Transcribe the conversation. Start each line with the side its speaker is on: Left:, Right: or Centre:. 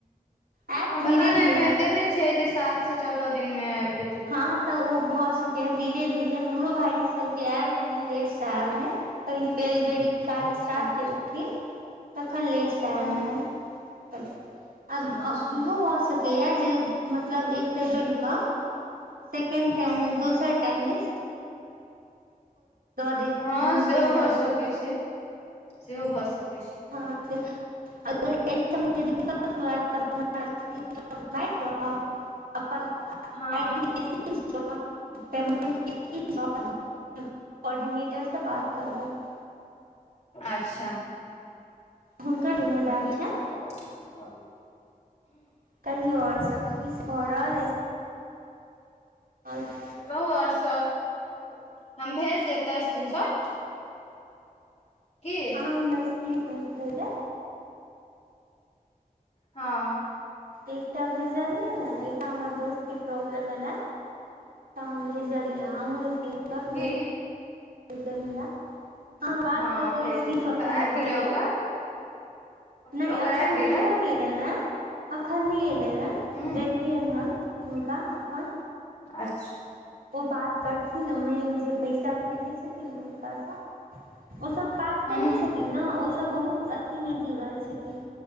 Right: आयत धीरे
Left: पता नहि
Right: धीरे
Left: <unintelligible> मै
Right: आयत
Left: देने छै जे सात से चौदह दिन मे आब जेते
Right: हँ तऽ ओ भए सक हे धीरे धीरे हमरो भाईजी सबके आयल रहेन लेट से आयल रहेन कैनी <unintelligible> पेल बेै ई काज स्टार्ट
Left: अच्छा
Right: केलखिन कखन लेटसँ आयल
Left: हँ
Right: रहे पैसा
Left: अच्छा
Right: आ इहो भऽ सकैए जे मतलब एकटा जुड़कऽ सेकंड टाइम
Left: हँ
Right: मे दोसर टाइम मे देत
Left: हँ
Right: दुनू
Left: सेहो
Right: पैसा
Left: भऽ
Right: जोड़ि
Left: सकै
Right: कऽ
Left: छै सेहो भऽ सके छै
Right: अगर दिक <inaudible> त हम बक अपन <inaudible>
Left: हँ
Right: इस ब कोर्डिनेटरसँ बात करबै <inaudible>
Left: अच्छा
Right: हुनकर जिम्मेदारी अए
Left: ब <unintelligible>
Right: कहियो और सब किछ भऽ रहल अछि। आल <unintelligible>
Left: कहु ओर सब हम भेज देब तो स्क्रीन शॉट की
Right: हँ बस <unintelligible> की कहतै
Left: हँ
Right: एकटा भेजलियै ने ने एकटा हमर दोस्त के प्रॉब्लम एलै त हम भेजलियै <unintelligible> हम भे
Left: की
Right: अहाँ बात
Left: हँ
Right: कऽ कऽ
Left: भेज
Right: स्क्रीन
Left: देब
Right: शॉर्ट
Left: तऽ
Right: हमरा
Left: आबि
Right: भेज
Left: गेलै ओकर
Right: देब। नहि
Left: तऽ ओकर
Right: एखन
Left: आबि
Right: हुनको
Left: गेलै
Right: ने एलनि हे एखन नहि एलनि हेँ
Left: हूँ
Right: देलियै हन ' हुनका अखन
Left: अच्छा
Right: ओ बात करथिन मेन जे पैसा भेजै छथिन हुनकासँ ओसभ काज करै
Left: हूँ
Right: छथिन ने ओसभ बहुत अथी नहि जुड़ल छथिन